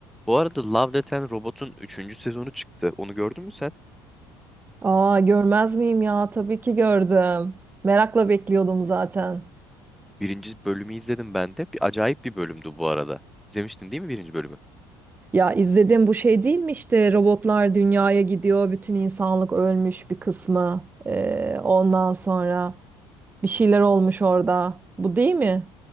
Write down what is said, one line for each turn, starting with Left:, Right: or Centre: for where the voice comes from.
Centre: Bu arada Love, Death and Robot'un üçüncü sezonu çıktı. Onu gördün mü sen?
Right: Aa görmez miyim ya? Tabii ki gördüm. Merakla bekliyordum zaten.
Centre: Birinci bölümü izledim ben de. Bir acayip bir bölümdü bu arada. İzlemiştin değil mi birinci bölümü?
Right: Ya izledim bu şey değil mi işte robotlar dünyaya gidiyor, bütün insanlık ölmüş bir kısmı. Ee, ondan sonra bir şeyler olmuş orada. Bu değil mi?